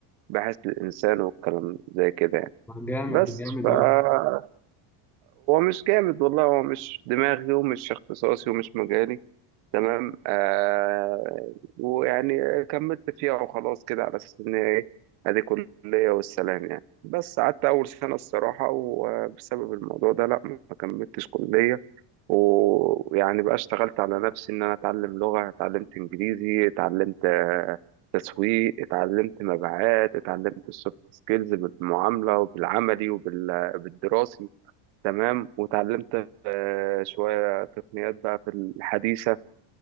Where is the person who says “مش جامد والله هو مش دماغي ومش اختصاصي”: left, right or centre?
Right